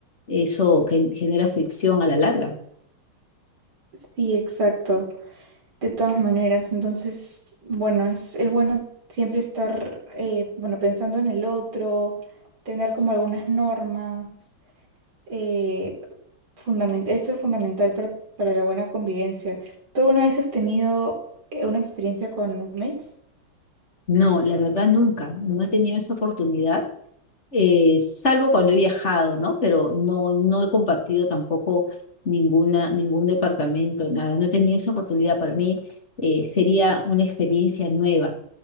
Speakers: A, on the left; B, on the right.
A: eso gen- genera fricción a la larga.
B: Sí, exacto. De todas maneras, entonces, bueno, es, es bueno siempre estar, eh, bueno, pensando en el otro, tener como algunas normas. eh, fundamen- eso es fundamental para, para la buena convivencia. ¿Tú alguna vez has tenido eh, una experiencia con roommates?
A: No, la verdad nunca, no he tenido esa oportunidad eh, salvo cuando he viajado, ¿no? Pero no, no he compartido tampoco ninguna, ningún departamento, nada. No he tenido esa oportunidad. Para mí eh, sería una experiencia nueva,